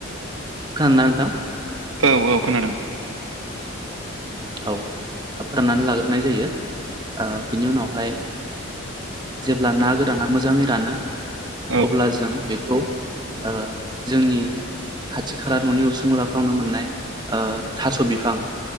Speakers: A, on the right (about 20°); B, on the right (about 70°).
A: खोनादोंना नोंथां?
B: औ-औ खोनादों।
A: औ फोराननानै लाग्रोनाय जायो बिनि उनावहाय जेब्ला ना गोराना मोजाङै रानो
B: औ
A: अब्ला जों बेखौ ओ जोंनि खाथि खाला न'नि उसुंलाफ्रावनो मोननाय ओ थास' बिफां